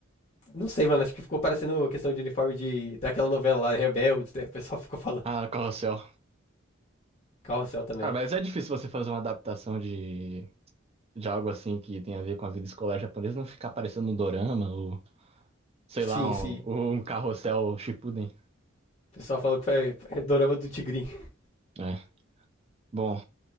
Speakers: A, on the left; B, on the right.
A: Não sei, mano, acho que ficou parecendo questão de uniforme de daquela novela lá, Rebeldes, né? O pessoal ficou falando.
B: Ah, Carrossel.
A: Carrossel também.
B: Ah, mas é difícil você fazer uma adaptação de, de algo assim que tem a ver com a vida escolar japonesa, não ficar parecendo um dorama ou, sei
A: Sim,
B: lá, um,
A: sim.
B: um Carrossel Shippuden.
A: O pessoal falou que foi é, dorama do Tigrinho.
B: É. Bom,